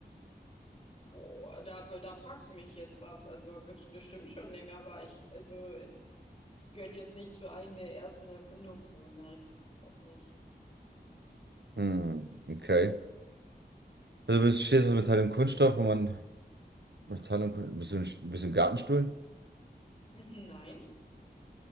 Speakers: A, on the left; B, on the right.
A: Boah, da, da fragst du mich jetzt was. Also gibt's bestimmt schon länger, aber ich, also gehört jetzt nicht zu einem der ersten Erfindungen so. Nein, das nicht.
B: Hm, okay. Also bist, stehst du aus Metall und Kunststoff, wo man Metall und Kunststoff. bist du ein, Sch- bist du ein Gartenstuhl?
A: Mhm, Nein.